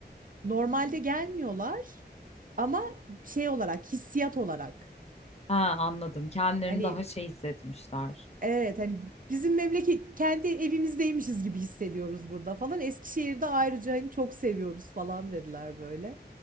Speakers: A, on the right; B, on the left.
A: normalde gelmiyorlar ama şey olarak hissiyat olarak
B: Ha, anladım. Kendilerini
A: hani
B: daha şey hissetmişler.
A: evet hani bizim memleket kendi evimizdeymişiz gibi hissediyoruz burada falan. Eskişehir'de ayrıca hani çok seviyoruz falan dediler böyle.